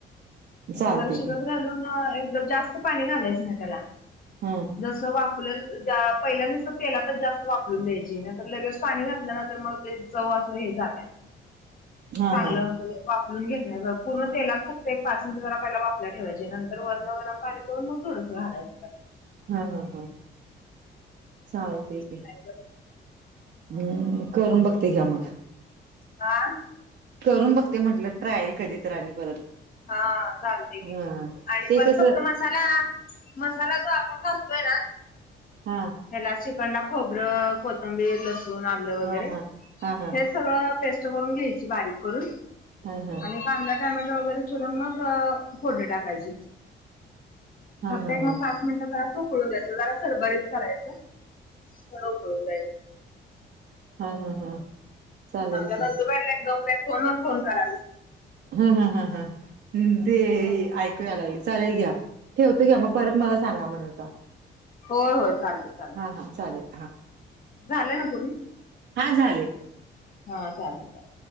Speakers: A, on the left; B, on the right.
A: मग
B: चालते
A: ते जरा शिजत
B: की
A: घालून एकदम जास्त पाणी घालायचं नाही त्याला
B: हा
A: जसं वाफल्या पहिल्या नुसंत तेलातच जास्त वाफलून द्यायची नाहींतर लगेच पाणी घातल्या नंतर मग चव असं हे जात्या
B: हा
A: चांगलं
B: हा
A: म्हणजे वाफलून घेत नाही पूर्ण तेलात फक्त पाच मिनिटं जरा पहिला वाफेला ठेवायची नंतर वरणं गरम पाणी करून मग थोडंसं घालायचं जरा
B: हा हा हा चालतय की
A: काय ग बाई.
B: हम्म करून बघते घ्या मग
A: आं
B: करून बघते म्हंटलं ट्रायल कधी तर आणि परत.
A: हा चालतंय की
B: हा
A: आणि
B: ते
A: परत
B: कसं
A: फक्त म मसाला मसाला जो आपण घालतोय ना
B: हा.
A: त्याला चिकनला खोबरं कोथंबीर लसूण आलं वगैरे
B: हा हा हा हा
A: हेच सगळ पेस्ट करून घ्यायची बारीक करून
B: हा हा
A: आणि कांदा टमॅट वगैरे चुरून मग फोडणी टाकायची
B: हा
A: फक्त
B: हा
A: मग
B: हा
A: एक पाच मिनट उकळून द्यायचं जरा सरबरीच करायच थोडं उकळून द्यायचं.
B: हा हा हा. चालेल
A: आमच्या
B: की
A: नंदूबाईना एक दम नाय फोन वर फोन कराय
B: हा हा हा हा हा ते
A: हा
B: ऐकू या लागलय चालेल घ्या ठेवतो घ्या मग. परत मला सांगा म्हणाल तवा.
A: हो होय चालतंय.
B: हा हा चालेल हा.
A: झालंय ना पुरून?
B: हा झालंय.
A: हा चालतय चालतय.